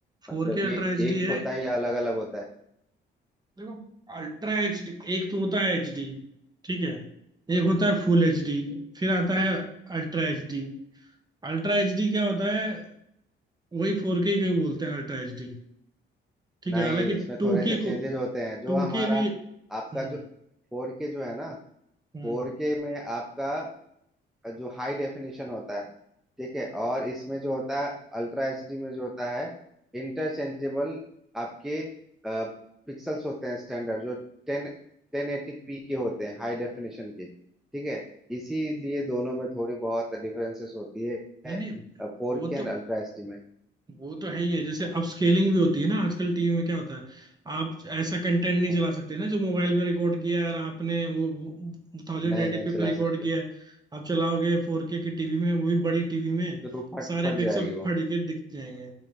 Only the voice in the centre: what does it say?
मतलब
ये
एक
होता है या अलग अलग होता है
नहीं
इसमें
थोड़े
से चेंजेस
होते हैं जो
हमारा
आपका जो फोर के जो है ना फोर
के में आपका जो हाई डेफिनेशन होता है ठीक है और इसमें जो होता है अल्ट्रा एचडी में जो होता है इंटरचेंजेबल आपके पिक्सल्स होते हैं स्टैंडर्ड जो टेन टेन एटी पी के होते हैं हाई डेफिनेशन के ठीक है इसीलिए दोनों में थोड़ी बहुत डिफरेंसेस होती है
four
K and
ultra HD में
हम्म,
नहीं
नहीं
चला
सकते
फिर वो फट
फट
जाएगी वो